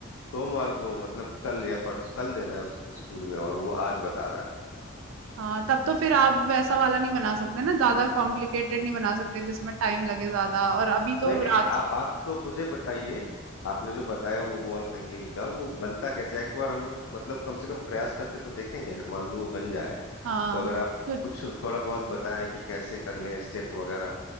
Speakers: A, on the left; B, on the right.
A: सोमवार को मतलब कल या परस कल देना है उसको स्कूल में और वो आज बता रहा है
B: हाँ तब तो फिर आप वैसा वाला नहीं बना सकते ना ज्यादा कॉम्प्लिकेटेड नहीं बना सकते जिसमें टाइम लगे ज्यादा और अभी तो
A: नहीं नहीं
B: रात
A: आप आप तो मुझे बताइए आपने जो बताया वो वॉल हैंगिंग का वो बनता कैसे है? एक बार हम लोग मतलब कम से कम प्रयास करके तो देखेंगे अगर मान लो वो बन जाए
B: हाँ
A: तो अगर आप
B: तो
A: कुछ थोड़ा बहुत बताएं कि कैसे कर लें स्टेप वगैरह